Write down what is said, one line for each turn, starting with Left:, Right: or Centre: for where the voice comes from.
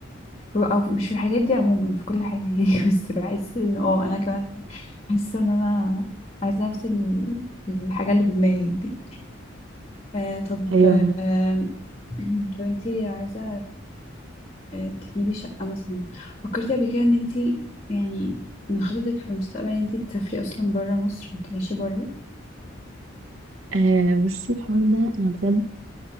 Left: ف- او مش في الحاجات دي عموما في كل حاجه يعني <laughs> بس بحس ان اه انا كمان حاسه ان انا عايزه نفس ال- الحاجه اللي في دماغك دي آه طب
Right: ايوه
Left: آه <clears throat> طب انتي لو عايزة آه تجيبي شقة مثلا فكرتي قبل كده ان انتي يعني من خططك في المستقبل ان انتي تسافري اصلا برا مصر وتعيشي برا
Right: آه بصي الحوار ده انا بجد